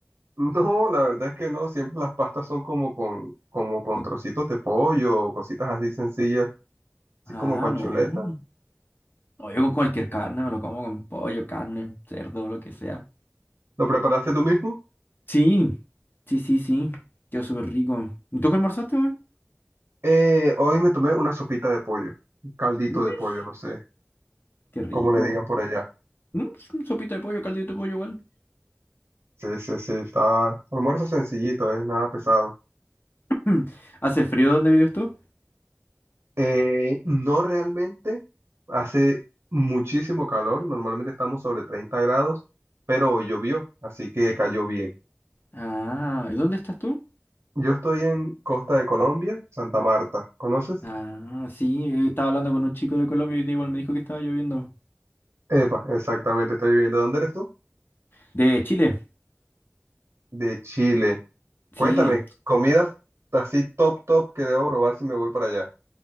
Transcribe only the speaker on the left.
Con-
Ah,
no.
No, yo con cualquier carne me lo como con pollo, carne, cerdo, lo que sea.
Sí, sí, sí, sí. Quedó súper rico. ¿Y tú qué almorzaste, man?
Mesh,
Qué rico.
Mm, s- mm, Sopita de pollo, caldito de pollo igual.
<clears throat> ¿Hace frío donde vives tú?
Ah, ¿y ¿dónde estás tú?
Ah, sí, eh, estaba hablando con un chico de Colombia y igual me dijo que estaba lloviendo.
¿De Chile?
Sí,